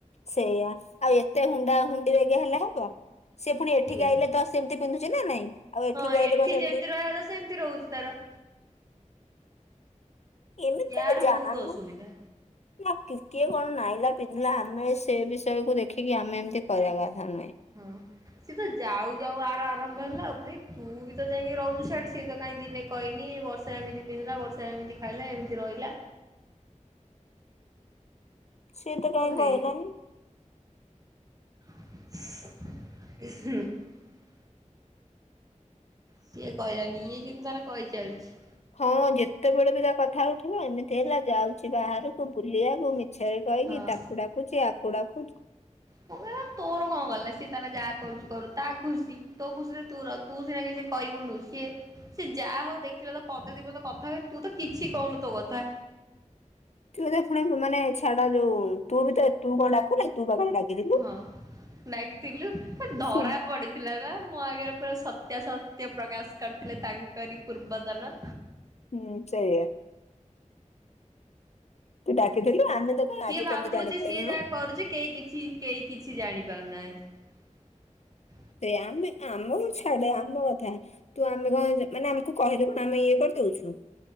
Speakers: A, on the left (about 60°); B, on the right (about 30°).
A: ସେଇଆ ଆଉ ଏତେ ହୁଣ୍ଡା ହୁଣ୍ଡି ଏବେ ହେଲେ ହେବ ସେ ପୁଣି ଏଠିକି
B: ସିଏ
A: ଆଇଲେ ତ ସେମତି ପିନ୍ଧୁ ଚିନା ନାଇଁ ଆଉ ଏଠିକି
B: ହଁ
A: ଆଇଲେ
B: ଏଠି
A: କଣ ସେମିତି
B: ଯେମତି ରହିବ ତ ସେମିତି ରହୁଛି ତାର
A: ଏମିତି
B: ୟାର
A: ଜାହାନ୍ନ
B: ବହୁତ ଅସୁବିଧା।
A: ନା କିିକଏ କଣ ନାଇଁଲା ପିନ୍ଧିଲା ଆମେ ସେ ବିଷୟ କୁ ଦେଖିକି ଆମେ ଏମିତି କରିବା କଥା ନୁହେଁ
B: ହଁ। ସିଏ ତ ଯାଉ ଯାଉ ଆର ଆରମ୍ଭ ହେଲା ଆଉ ଭାଇ ତୁ ବି ତ ଯାଇକି ରହୁ ତୁ ସିଆଡେ ସିଏ ବା କାଇଁ ଦିନେ କହିନି ଏ ବର୍ଷା ଏମିତି ପିଲା ବର୍ଷ ଏମିତି ଖାଇଲା ଏମିତି ରହିଲା
A: ସିଏ ତ କାହିଁ
B: ମୁଁ ହେଇ
A: କହିଲାନି
B: <unintelligible> ସିଏ କହିଲାନି ଇଏ କିନ୍ତୁ ତାର କହିଚାଲିଛି
A: ହଁ ଯେତେବେଳେ ବି ତା କଥା ଉଠିବ ଏମିତି ହେଲା ଯାଉ ବାହାରକୁ ବୁଲିବାକୁ ମିଛରେ କହିକି
B: ହଁ
A: ତାକୁ ଡାକୁଛି ଆ ଖୋଡ଼ାକୁୁଚ।
B: ମୁଁ କଇଲି ତୋର କଣ ଗଲା ସିଏ ତାରା ଯାହା କରୁଛି କରୁ ତା ଖୁସି ତୋ ଖୁସିରେ ତୁ ର ତୁ ସିନା କିଛି କହିବୁନୁ ସିଏ ସିଏ ଯାହା ହଉ ଦେ। ଖିବ ତ ପଦେ ଦି ପଦ କଥା ହଏ ତୁ ତ। କିଛି କହୁନୁ ତୋ କ ଥା।
A: ତୁ ସେତେରେ ପୁଣି ମାନେ ଛାଡା ଯୋଉ। ତୁ ବି ତ ତୁ କଣ ଡକୁନା କି। ତୁବା କାଲି ଡାକିଥିଲୁ।
B: ହଁ। ଡାକିଥିଲୁ। ଧରା
A: ହୁଁ
B: ପଡିଥିଲା ବା ମୋ ଆଗରେ ପୁରା ସତ। ସତ୍ୟା ସତ୍ୟ ପ୍ରକାଶ କରିଥିଲେ ତାଙ୍କରି ପୂର୍ବତନ।
A: ହୁଁ ସେଇଆ। ତୁ ଡାକିଥିଲୁ
B: ଉଁ
A: ଆମେ ତ କାଇଁ
B: ସିଏ
A: ଆଜି
B: ଭାବୁଛି
A: ପର୍ଯ୍ୟନ୍ତ ଜାଣିପାରିଲୁନୁ
B: ସିଏ ଯାହା କରୁଛି କେହି କିଛି କେହି କିଛି ଜାଣି। ପାରୁ ନାହାନ୍ତି।
A: ସେୟା ଆମେ ଆମକୁ ଛାଡ ଆମ କଥା ତୁ ଆମେ କଣ ମନେ ଆମକୁ କହିଲେ କଣ ଆମେ ଇଏ କରିଦଉଛୁ।